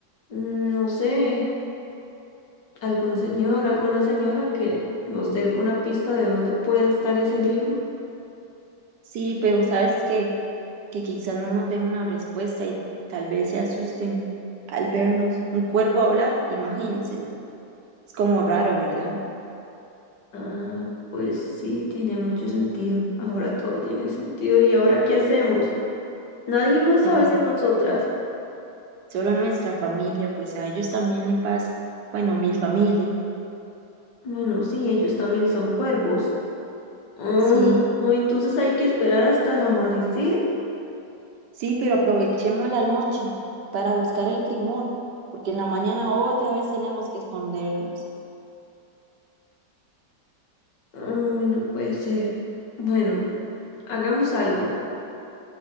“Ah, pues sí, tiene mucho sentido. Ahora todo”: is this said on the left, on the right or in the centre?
Left